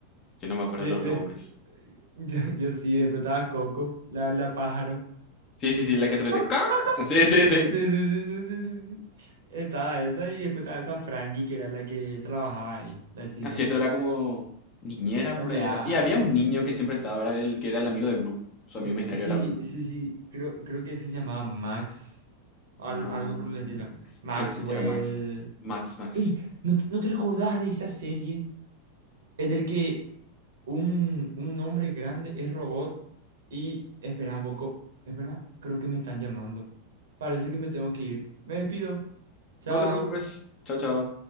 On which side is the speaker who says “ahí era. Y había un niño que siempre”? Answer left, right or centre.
Left